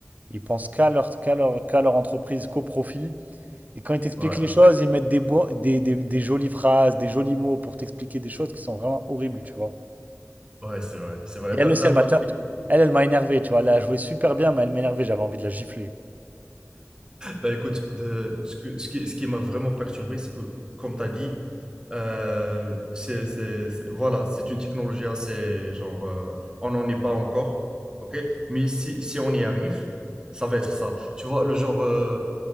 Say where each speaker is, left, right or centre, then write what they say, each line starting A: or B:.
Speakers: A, on the right; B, on the right.
A: ils pensent qu'à leur, qu'à leur, qu'à leur entreprise, qu'au profit, et quand ils t'expliquent
B: ouais,
A: les choses, ils mettent des, bo- des, des, des jolies phrases, des jolis mots pour t'expliquer des choses qui sont vraiment horribles, tu vois.
B: ouais, c'est vrai, c'est vrai.
A: Et elle
B: D'un
A: aussi,
B: d'un
A: elle
B: côté,
A: m'a... ta- Elle, elle m'a énervé, tu vois, elle a joué super bien, mais elle m'a énervé, j'avais envie de la gifler.
B: bah écoute, de, ce que- ce qui, ce qui m'a vraiment perturbé, c'est que, comme tu as dit, euh, c'est, c'est, c'est- voilà, c'est une technologie assez genre, euh, on n'en est pas encore, ok? Mais si, si on y arrive, ça va être ça. Tu vois, le genre. euh,